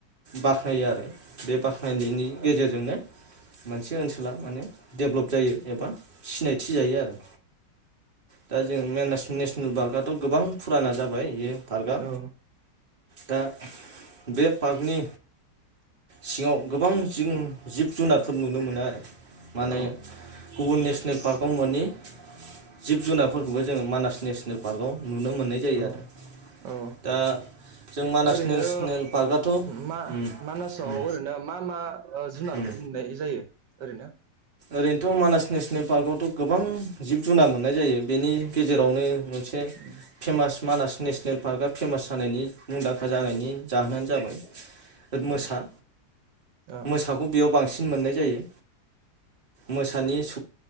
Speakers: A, on the right; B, on the right.
A: बाख्नायो आरो बे बाख्नायनायनि गेजेरजोंनो मोनसे ओनसोला माने देभलप जायो एबा सिनायथि जायो आरो दा जों म नेसनेल पार्कआथ' गोबां फुराना जाबाय पार्कआ
B: औ
A: दा बे पार्कनि सिङाव गोबां जिं जिब जुनारफोर नुनो मोनो आरो माने
B: औ
A: गुबुन नेसनेल पार्कआव मोन <unintelligible> जिब जुनारफोरखौबो जोङो मानास नेसनेल पार्कआव नुनो मोननाय जायो
B: औ
A: आरो
B: औ
A: दा जों मानास
B: ओरैनो
A: नेसनेल पार्कआथ'
B: मा
A: उम
B: मानासाव
A: उम
B: ओरैनो मा मा ओ जुनारफोर
A: उम
B: नुनाय जायो ओरैनो
A: ओरैनोथ' मानास नेसनेल पार्कआवथ' गोबां जिब जुनार मोननाय जायो बेनि गेजेरावनो मोन मोनसे
B: उम,
A: फेमास मानास नेसनेल पार्कआ फेमास जानायनि मुंदांखा जानायनि जाहोनानो जाबाय मोसा
B: औ औ
A: मोसाखौ बेयाव बांसिन मोननाय जायो मोसानि स